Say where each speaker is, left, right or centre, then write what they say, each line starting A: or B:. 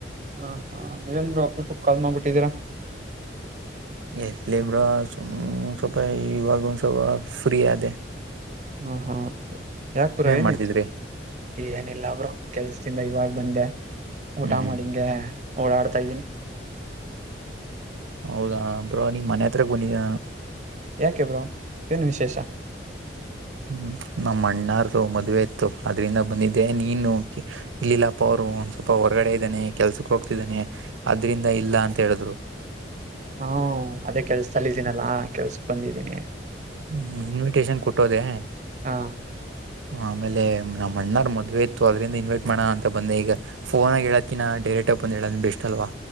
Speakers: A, on the right; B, on the right.
A: ಹಾ ಹಾ ಏನ್ ಬ್ರೋ ಅಪುರೂಪಕೆ ಕಾಲ್ ಮಾಡ್ಬಿಟ್ಟಿದ್ದೀರ
B: ಎಲ್ಲಿ ಬ್ರೋ ಸುಮ್ಮ್ ಸ್ವಲ್ಪ ಇವಾಗ ಒಂದ ಸ್ವಲ್ಪ ಫ್ರೀ ಅದೆೇ
A: ಹ್ಮ್ ಹ್ಮ್ ಯಾಕ್ ಬ್ರೋ ಏನಿತ್ತು
B: ಮಾಡ್ತಿದ್ರಿ
A: ಈ ಏನಿಲ್ಲ ಬ್ರೋ ಕೆಲ್ಸ ಿಂದ ಇವಾಗ ಬಂದೆ ಊಟ
B: ಹ್ಮ್ ಹ್ಮ್
A: ಮಾಡಿಂಗೆ ಓಡಾಡ್ತಾ ಇದ್ದೀನಿ
B: ಹೌದಾ ಬ್ರೋ ನಿಮ್ ಮನೆ ಹತ್ರ ಬಂದಿದೇ ನಾನು
A: ಯಾಕೆ ಬ್ರೋ ಏನ್ ವಿಶೇಷ
B: ಹ್ಮ್ ನಮ್ಮ ಅಣ್ಣಾರ್ದು ಮದ್ವೆೆ ಇತ್ತು ಅದ್ರಿಂದ ಬಂದಿದ್ದೆ ನೀನು ಇಲ್ಲಿಿಲ್ಲಪ್ಪ ಅವ್ರು ಒಂದ್ ಸ್ವಲ್ಪ ಹೊರಗಡೆ ಇದ್ದಾನೆ ಕೆಲ್ಸಕ್ ಹೋಗ್ತಿದ್ದಾನೆ ಆದ್ರಿಂದ ಇಲ್ಲ ಅಂತ ಹೇಳಿದ್ರು.
A: ಹ್ಮ ಅದೇ ಕೆಲ್ಸ ಸಲ್ಲಿದ್ದೀನಲ್ಲಾ
B: ಹ್ಮ್
A: ಕೆಲ್ಸಕ್ ಬಂದ್ದೀನಿ
B: ಹ್ಮ್ ಇನ್ವಿಟೇಷನ್ ಕೊಟ್ಟೋದೆೇ
A: ಹಾ
B: ಆಮೇಲೆ ನಮ್ಮ ಅಣ್ಣರ್ ಮದ್ವೆ ಇತ್ತು ಅದ್ರಂದ ಇನ್ವೈಟ್ ಮಾಡೋ ಅಂತ ಬಂದೆ ಈಗ ಫೋನ್ ಆ ಹೇಳಾಕಿನ ಡೈರೆಕ್ಟ್ ಟೆಕ್ ಬೇಷ್ಟಟಲ್ವಾ